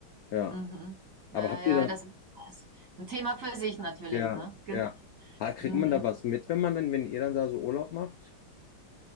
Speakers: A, on the left; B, on the right.
A: Ja.
B: Mhm. Ja,
A: Aber habt
B: ja,
A: ihr dann
B: das ist, das ist ein Thema für sich natürlich,
A: Ja,
B: ne? Genau.
A: ja. Ah, kriegt
B: Mhm.
A: man da was mit, wenn man dann, wenn ihr dann da so Urlaub macht?